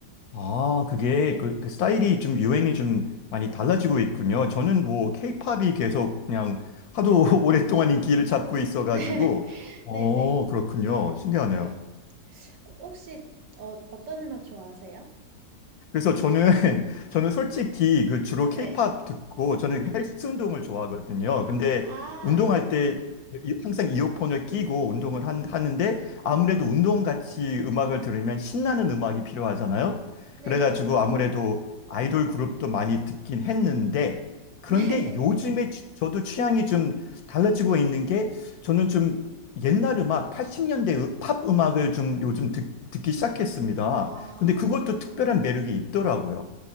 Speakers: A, on the left (about 65°); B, on the right (about 75°).
A: 아, 그게 그, 그 스타일이 좀 유행이 좀 많이 달라지고 있군요. 저는 뭐 케이팝이 계속 그냥 하도 <laughs> 오랫동안 인기를 잡고 있어가지고,
B: <laughs>
A: 어,
B: 네. 네네.
A: 그렇군요. 신기하네요.
B: 네. 혹시 어, 어떤 음악 좋아하세요?
A: 그래서 저는 <laughs> 저는 솔직히
B: 음,
A: 그 주로
B: 네.
A: 케이팝 듣고 저는 그 헬스 운동을 좋아하거든요. 근데
B: 아,
A: 운동할 때 이- 항상 이어폰을 끼고 운동을 한, 하는데 아무래도 운동 같이 음악을 들으면 신나는 음악이 필요하잖아요.
B: 네네.
A: 그래가지고 아무래도 아이돌 그룹도 많이 듣긴 했는데
B: <laughs>
A: 그런데
B: 네.
A: 요즘에 취- 저도 취향이 좀 달라지고 있는 게 저는 좀 옛날 음악, 80년대 팝 음악을 좀 요즘 듣, 듣기 시작했습니다.
B: 아.
A: 근데 그것도 특별한 매력이 있더라고요.